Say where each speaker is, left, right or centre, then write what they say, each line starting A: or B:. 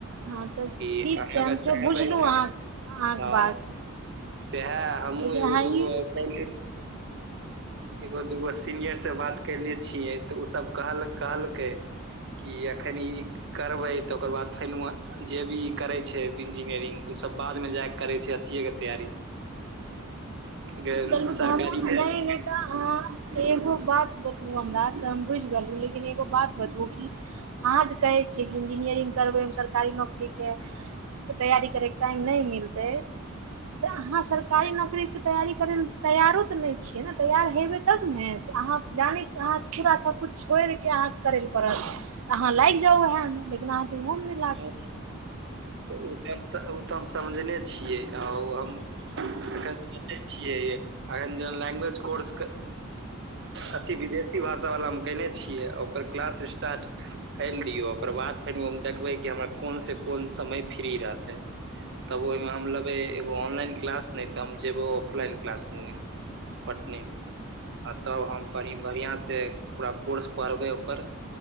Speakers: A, on the right (about 80°); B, on the right (about 60°).
A: हँ तऽ
B: कि
A: ठीक
B: अहाँ
A: छै हम से बुझलहुँ
B: ह
A: अहाँ अहाँके
B: हँ
A: बात
B: सेह हमू
A: लेकिन
B: एगो
A: अहाँ
B: दूगो
A: ई
B: कही एगो दूगो सीनियर से बात कयने छियै तऽ ओसभ कहल कहलकै कि एखनी ई करबै तऽ ओकर बाद फेनआ जे भी करै छै बिन्जीनियरिंग ओसभ बादमे जाकऽ करै छै अथियएके तैयारी ह
A: चलू
B: सरकारी
A: तऽ हम
B: भेल
A: नहि
B: <unintelligible>
A: नहि तऽ अह एगो बात बतबु हमरा से हम बुझ गेलहु लेकिन एगो बात बतबुकी अहाँ जे कहे छियै इंजीनियरिंग करबे मे सरकारी नौकररी के तैयारी करैके टाइम नय मिलतै तऽ अहाँ सरकारी नौकरी के तैयारी करै ल तैयारो तऽ नय छियै ने तैयार हेबै तब ने तऽ अहाँ जानिक अहाँ पूरा सबकिछु छोड़ि के अहाँ करैल पड़त अहाँ लागि जाउ उह मे लेकिन अहाँ त ओहो मे
B: हू, ओ तऽ हम ओ तऽ हम समझने छियै आ हम एखने छियै एखन जे लैग्वेज कोर्स अथि विदेशी भाषा वलामे कने छियै ओकर क्लास स्टार्ट। फैल दियौ ओकर बाद फेर हम देखबै कि हमरा कोन से कोन समय फ्री रहतै तब ओहि मे हम लेबै एगो ऑनलाइन क्लास नहि तऽ हम जेबै ऑफलाइन क्लास ह पटने मे आ तब हम बढ़िआँ से पूरा कोर्स पढ़बै ओकर